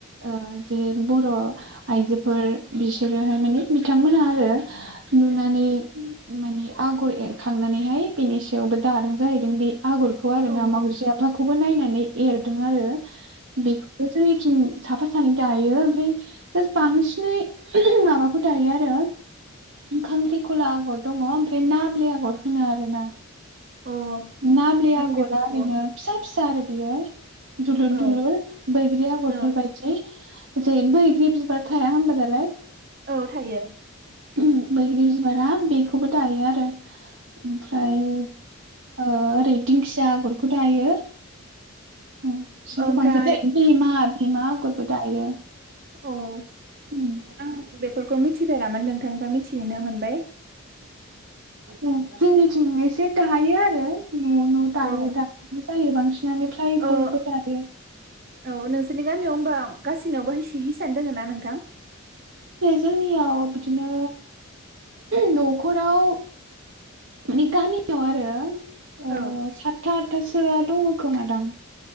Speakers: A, on the right; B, on the right.
A: ओ जे बर' आइजोफोर बिसोरोहाय माने बिथांमोनहा आरो नुनानै माने आगर एरखांनानैहाय बेनि सायावबो दादों जाहैदों बे आगरखौ आरो
B: औ
A: ना मावजि बि आफाखौबो नायनानै एरदों आरो बेखौबो जोंनिथिं साफा सानै दायो ओमफ्राय बांसिनै ओहम माबाखौ दायो आरो खांख्रिखला आगर दङ ओमफ्राय नाल्बि आगर होनो आर ना
B: औ
A: नाल्बि आगरा
B: बेफोरखौ
A: ओरैनो फिसा आरबियो दुलुर
B: औ
A: दुलुर बैग्रि आगरफोर
B: औ
A: बायदि जे बैग्रि बिबार थाया होनबा दालाय
B: औ थायो।
A: उम बैग्रि बिबारा बे बेखौबो दायो आरो ओमफ्राय ओ ओरै दिंखिया आगरखौ दा जायो औ सिखौ
B: ओमफ्राय
A: बांसिन भमा भमा आगरबो दायो
B: औ
A: <inaudible>
B: आं बेफोरखौ मिथिफेरामोन नोंथांनिफ्राय मिथिनो मोनबाय
A: औ जोंनिथिं एसे दायो आरो न' न' दायो
B: औ
A: दानो जायो बांसिनानो फ्राय
B: ओ
A: बयबो दायो
B: औ नोंसोरनि गामियाव होमबा गासैनावबो हि हिसान दङना नोंथां?
A: जोंनियाव बिदिनो न'खराव माने गामिआव आरो <unintelligible> आ
B: औ
A: सातता आतथासो सोआ दङखोमादां